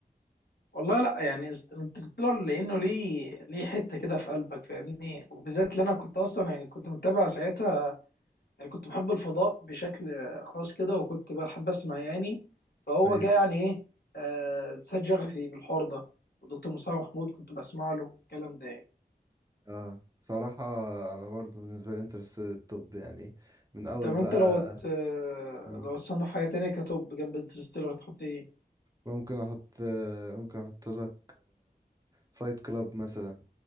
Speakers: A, on the left; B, on the right.
A: والله لا يعني انترستيلر لانه ليه ليه حته كده في قلبك فاهمني وبالذات اللي انا كنت اصلا يعني كنت متابع ساعتها يعني كنت بحب الفضاء بشكل خاص كده وكنت بحب اسمع يعني فهو
B: ايوه
A: جه يعني ايه آه سد شغفي بالحوار ده ودكتور مصطفى محمود كنت بسمع له الكلام ده يعني
B: اه صراحة انا برضو بالنسبة لي انترستيلر الطب يعني من اول
A: طب
B: بقى
A: انت لو ت...
B: مم.
A: لو تصنف حاجه تانية كتوب جنب انترستيلر هتحط ايه؟
B: ممكن احط آه، ممكن احط لك فايت كلاب مثلا